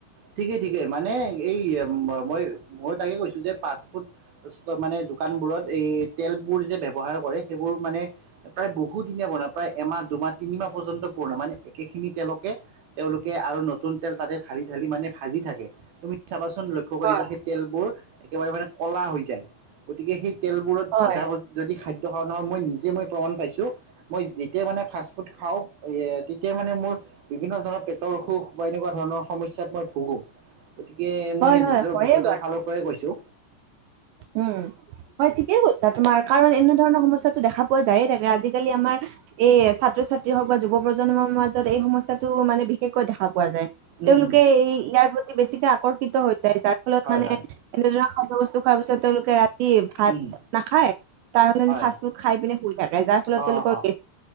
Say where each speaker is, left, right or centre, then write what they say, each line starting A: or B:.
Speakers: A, on the right (about 55°); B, on the right (about 75°).
A: ঠিকেই ঠিকেই মানে এই মই মই, মই তাকে কৈছোঁ যে ফাষ্ট ফুড মানে দোকানবোৰত এই তেলবোৰ যে ব্য ব্যৱহাৰ কৰে সেইবোৰ মানে প্ৰায় বহু দিনে বনায় প্ৰায় এমাহ দুমাহ তিনিমাহ পৰ্যন্ত পুৰণা মানে একে খিনি তেওঁলোকে তেওঁলোকে আৰু ন নতুন তেল তাতে ঢালি ঢালি মানে ভাজি থাকে তুমি চাবাচোন লক্ষ্য কৰিবা
B: হয়
A: সেই তেলবোৰ। একেবাৰে মানে কলা হৈ যায় গতিকে সেই তেলবোৰত
B: হয়
A: ভজা যদি খাদ্য ধৰণৰ মই নিজে মই প্ৰমাণ পাইছোঁ মই যেতিয়া মানে ফাষ্ট ফুড খাওঁ এ তেতিয়াই মানে মোৰ বিভিন্ন ধৰণৰ পেটৰ অসুখ বা এনেকুৱা ধৰণৰ সমস্যাত মই ভুগো। গতিকে
B: হয়
A: মই সেই
B: হয়
A: নিজৰ
B: হয়ে
A: অভিজ্ঞতাৰ
B: বাৰু
A: ফালৰ পৰাই কৈছোঁ।
B: উম হয় ঠিকেই কৈছা তোমাৰ কাৰণ এনে। ধৰণৰ সমস্যাতো দেখা পোৱা যায়েই থাকে আজিকালি আমাৰ এই ছাত্ৰ ছাত্ৰী হওক বা যুৱ প্ৰজন্মৰ মাজত এই। সমস্যাটো মানেষকৈ দেখা। পোৱা য
A: উম,
B: তেওঁলোকে
A: উম,
B: এই ইয়াৰ প্ৰতি বেছিকে আকৰ্ষিত হৈ যায় তাৰ ফলত
A: হয়,
B: মানে
A: হয়,
B: এনেধ। বস্তু খোৱাৰ পিছত তেওঁলোকে ৰাতি ভাত
A: উম,
B: নাখায়। তাৰ
A: হয়,
B: ফাষ্ট ফুড খাই পিনে শুই থাকে যাৰ ফলত
A: অ',
B: তেওঁলোকৰ
A: অ',
B: গে।